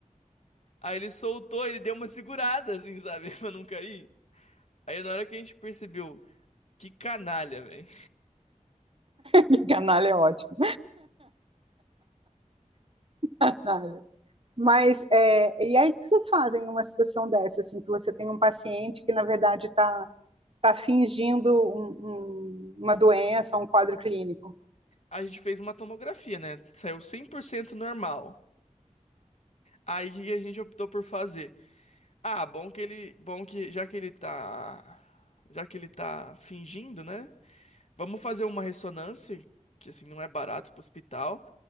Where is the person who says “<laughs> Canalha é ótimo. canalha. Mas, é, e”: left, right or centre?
Right